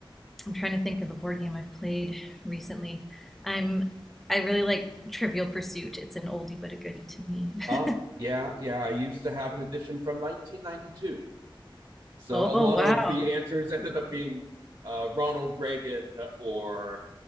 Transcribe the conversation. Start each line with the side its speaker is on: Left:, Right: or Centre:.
Centre: I'm trying to think of a board game I've played recently. I'm I really like Trivial Pursuit. It's an oldie but a goodie to me.
Right: oh,
Centre: <laughs>
Right: yeah, yeah, I used to have an edition from 1992. So
Centre: Oh
Right: a lot
Centre: wow.
Right: of the answers ended up being uh, Ronald Reagan or